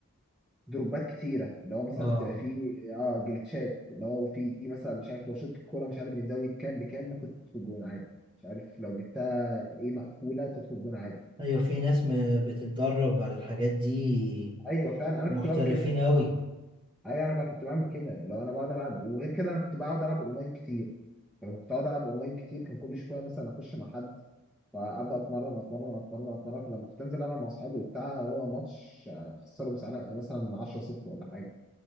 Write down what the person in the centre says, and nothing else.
دروبات كتيره اللي هو مثلا
بتبقى فيه اه جلitchات اللي هو فيه مثلا مش عارف لو شطت الكوره مش عارف من زاويه كام بكام ممكن تدخل جون عادي مش عارف لو جبتها ايه مقفوله تدخل جون عادي
فايوه فعلا انا
كنت بعمل كده
ايوه انا بقى كنت بعمل كده لو انا بقعد العب وغير كده انا كنت بقعد العب اونلاين كتير فلما كنت بقعد العب اونلاين كتير كان كل شويه مثلا اخش مع حد فابدا اتمرن اتمرن اتمرن اتمرن فلما كنت انزل العب مع اصحابي وبتاع هو ماتش يعني خسره مساله مثلا 10 0 ولا حاجه